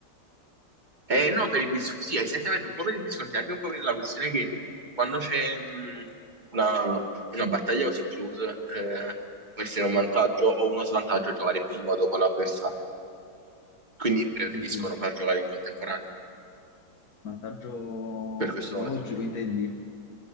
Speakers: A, on the right; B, on the left.
A: Eh, non per i biscotti, sì, essenzialmente un po' per i biscotti, anche un po' per la questione che quando c'è mh, una, una battaglia così close, eh, può essere un vantaggio o uno svantaggio giocare prima o dopo l'avversario. Quindi preferiscono
B: Sì, sì,
A: far giocare in contemporanea
B: vantaggio
A: per questo
B: psicologico
A: motivo.
B: intendi?